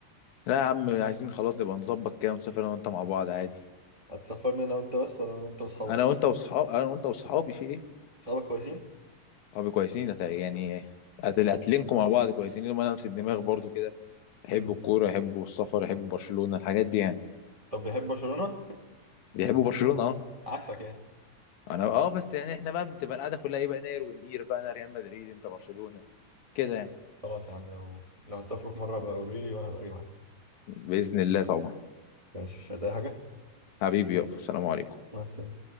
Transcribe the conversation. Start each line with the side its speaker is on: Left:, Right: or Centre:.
Left: لا يا عم عايزين خلاص نبقى نظبط كده ونسافر انا وانت مع بعض عادي
Right: هتسافرني انا وانت بس ولا انا وانت واصحابك
Left: انا وانت واصحاب انا وانت واصحابي في ايه
Right: صحابك كويسين
Left: صحابي كويسين هت- يعني هت- هتلينكوا مع بعض كويسين لما انا نفس الدماغ برضو كده يحبوا
Right: امم
Left: الكوره يحبوا السفر يحبوا برشلونه الحاجات دي يعني
Right: طب بيحب برشلونة
Left: بيحبوا برشلونه اه
Right: <laughs> عكسك يعني
Left: انا اه بس يعني احنا بقى بتبقى القعده كلها ايه بقى نار ونقير بقى انا ريال مدريد انت برشلونه كده يعني
Right: خلاص يا عم لو لو تسافروا في مرة بقى قولوا لي وانا بقى اجي معاكم
Left: باذن الله طبعا
Right: ماشي مش عايز اي حاجه
Left: حبيبي يابا سلام عليكم
Right: مع السلامه